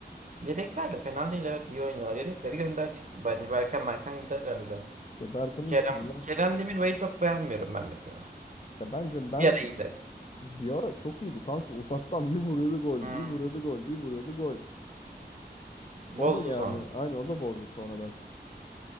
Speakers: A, on the right; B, on the left.
A: Yedekler de fena değil evet iyi oynuyorlar. Yedekleri gönderecek. Bence Berkan Berkan gider herhalde.
B: Ya Berkan'ı
A: Kerem,
B: inşallah.
A: Kerem Demirbay'ı çok beğenmiyorum ben mesela.
B: Ya bence ben
A: Bir ara iyiydi.
B: bir ara çok iyiydi kanka. Uzaktan bir vuruyordu gol,
A: Hmm,
B: bir vuruyordu gol, bir vuruyordu gol.
A: bozdu
B: O da yani
A: sonra.
B: aynı o da bozdu sonradan.